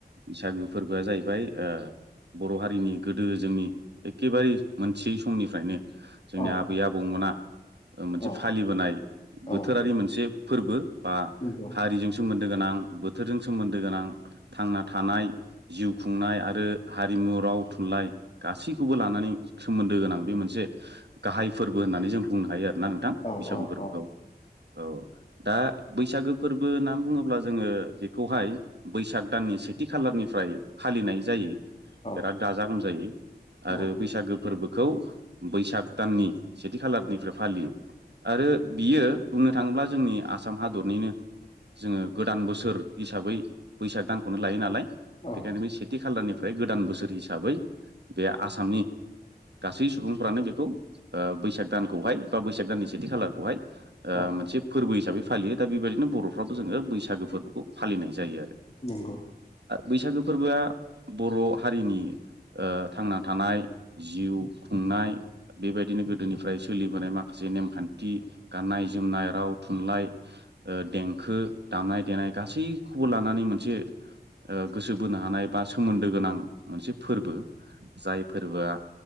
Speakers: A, on the right (about 80°); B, on the left (about 40°).
A: बैसागु फोरबोआ जाहैबाय ओ बर' हारिनि गोदो जोंनि एखेबारे मोनथियै समनिफ्रायनो जोंनि
B: औ
A: आबै आबौमोना मोनसे
B: औ
A: फालिबोनाय बोथोरारि
B: औ
A: मोनसे फोरबो बा
B: नंगौ
A: हारिजों सोमोन्दो गोनां बोथोरजों सोमोन्दो गोनां थांना थानाय जिउ खुंनाय आरो हारिमु राव थुनलाइ गासैखौबो लानानै सोमोन्दो गोनां बे मोनसे गाहाय फोरबो होननानै जों बुंनो हायो आरो। ना नोंथां
B: औ
A: बैसागु फोरबोखौ
B: औ
A: औ। दा बैसागो फोरबो होननानै बुङोब्ला जोङो बेखौहाय बैसाग दाननि सेथि खालारनिफ्राय फालिनाय जायो
B: औ
A: बिराद गाजा गोमजायै आरो
B: औ
A: बैसागो फोरबोखौ बैसाग दाननि सेथि खालारनिफ्राय फालियो। आरो बियो बुंनो थाङोब्ला जोंनि आसाम हादरनिनो जोङो गोदान बोसोर हिसाबै बैसाग दानखौनो लायो नालाय। बेखायनो
B: औ
A: बे सेथि खालारनिफ्राय गोदान बोसोर हिसाबै बे आसामनि गासै सुबुंफ्रानो बेखौ ओ बैसाग दानखौहाय बा बैसाग दाननि सेथि खालारखौहाय ओ
B: औ
A: मोनसे फोरबो हिसाबै फालियो दा बेबायदिनो बर'फ्राबो जोङो बैसागो फोरबोखौ फालिनाय जायो आरो।
B: नोंगौ।
A: बैसागो फोरबोआ बर' हारिनि ओ थांना थानाय जिउ खुंनाय बेबायदिनो गोदोनिफ्राय सोलिबोनाय माखासे नेमखान्थि गाननाय जोमनाय राव थुनलाइ ओ देंखो दामनाय देनाय गासैखौबो लानानै मोनसे ओ गोसो बोनो हानाय एबा सोमोन्दो गोनां मोनसे फोरबो जाय फोरबोआ